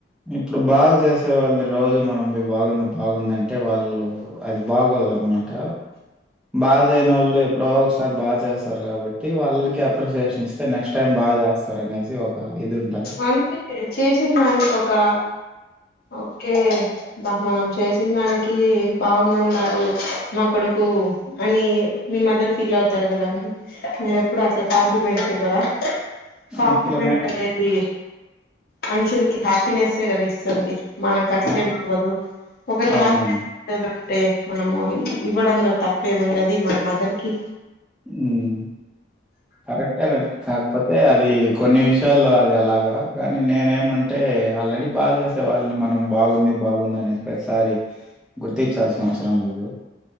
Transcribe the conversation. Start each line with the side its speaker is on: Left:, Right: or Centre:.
Centre: ఇప్పుడు బాగా చేసే వాళ్ళని రోజు మనం పోయి బాగుంది బాగుందంటే వాళ్ళు అది బాగోదు అన్మాట. బాచేయనోళ్ళు ఎప్పుడో ఒకసారి బాగా చేస్తారు కాబట్టి వాళ్ళకి అప్రిసియేషన్ ఇస్ స్తే నెక్స్ట్ టైమ్ బాగా చేస్తారు అనేసి ఒక ఇది ఉంటది.
Left: అంటే చేశిందానికి ఒకా ఓకే బా మనం చేసిందానికి బాగుందన్నాడు మా కొడుకు అని మీ మదర్ ఫీల్ అవుతరు కదండి. మీరు ఎప్పుడు అట్లా కాంప్లిమెంట్స్ ఇవ్వరా? కాంప్లిమెంట్స్
Centre: అట్లనే
Left: అనేది మనుషులకి హ్యాపీనెస్సే కదా ఇస్తుంది. మనకు ఖర్చేం
Centre: ఆ!
Left: అవ్వదు, ఒకరికి
Centre: అవునండి.
Left: హ్యాపీనెస్సే ఇస్తదంటే మనము ఇవ్వడంలో తప్పేముంది అది మన మదర్ కి.
Centre: ఉహ్. కరెక్టేనండి కాకపోతే అది కొన్ని విషయాల్లో అది అలాగా కానీ నేనేమం అంటే ఆల్రెడీ బాగా చేసే వాళ్ళని మనం బాగుంది బాగుందనేసి ప్రతిసారి గుర్తించాల్సిన అవసరం లేదు.